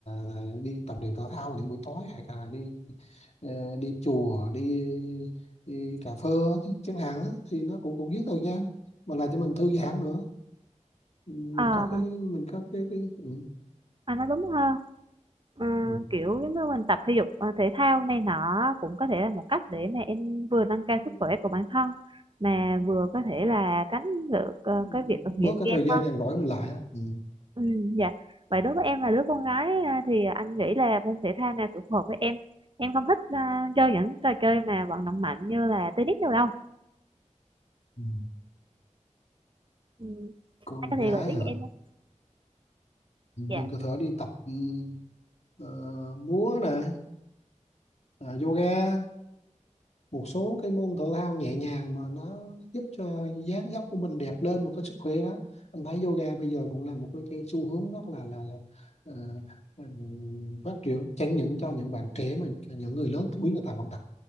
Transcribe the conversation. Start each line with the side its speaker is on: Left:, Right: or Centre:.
Left: và đi tập luyện thể thao những buổi tối hay là đi ờ, đi chùa đi đi cà phê thì chẳng hạn đó, thì nó cũng cũng giết thời gian mà làm cho mình thư giãn nữa Ừ, mình
Right: à,
Left: có cái mình có cái, cái ừ,
Right: à nó đúng hơn Ừ,
Left: ừ,
Right: kiểu giống như mình tập thể dục ờ, thể thao này nọ cũng có thể là một cách để mà em vừa nâng cao
Left: ừ,
Right: sức khỏe của bản thân mà vừa có thể là tránh được ờ,
Left: ừ,
Right: cái việc nghiện
Left: bớt cái
Right: game
Left: thời gian nhàn rỗi mình lại á. ừ,
Right: Ừ, dạ. Vậy đối với em là đứa con gái à, thì anh nghĩ là môn thể thao nào phù hợp với em. Em không thích à, chơi những trò chơi mà vận động mạnh như là tennis đâu đâu.
Left: ừ.
Right: Ừ,
Left: con
Right: anh có thể
Left: gái
Right: gợi ý
Left: hả
Right: cho em không?
Left: Ừ, mình
Right: Dạ.
Left: có thể đi tập ừ, ờ, múa nè à, yoga một số cái môn thể thao nhẹ nhàng mà nó giúp cho dáng dấp của mình đẹp lên và có sức khỏe đó anh thấy yoga bây giờ cũng là một cái, cái xu hướng rất là là, là ờ, ừm, phát triển chẳng những cho những bạn trẻ mà những người lớn tuổi người ta vẫn tập